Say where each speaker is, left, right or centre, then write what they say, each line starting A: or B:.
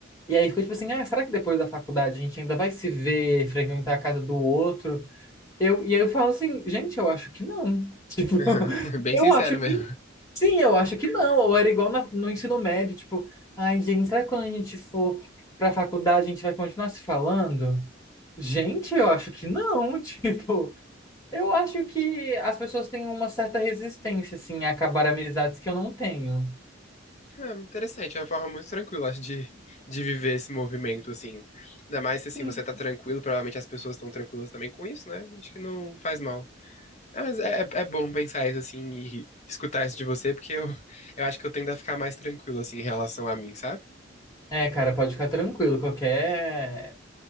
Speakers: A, on the left; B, on the left.
A: E aí ficou tipo assim, ah, será que depois da faculdade a gente ainda vai se ver, frequentar a casa do outro? Eu, e aí eu falo assim, gente, eu acho que não. <laughs> Tipo,
B: aham. <laughs> Bem
A: eu
B: sincero
A: acho que
B: mesmo.
A: sim, eu acho que não. Ou era igual na- no ensino médio, tipo, ai, gente, será que quando a gente for pra faculdade a gente vai continuar se falando? Gente, eu acho que não. <laughs> Tipo, eu acho que as pessoas têm uma certa resistência, assim, a acabar amizades que eu não tenho.
B: É, interessante, é uma forma muito tranquila, acho, de, de viver esse movimento, assim. Ainda mais se,
A: sim
B: assim, você tá tranquilo, provavelmente as pessoas estão tranquilas também com isso, né? Acho que não faz mal. É, mas é, é é bom pensar isso, assim, e escutar isso de você, porque eu, eu acho que eu tendo a ficar mais tranquilo, assim, em relação a mim, sabe?
A: É, cara, pode ficar tranquilo. Qualquer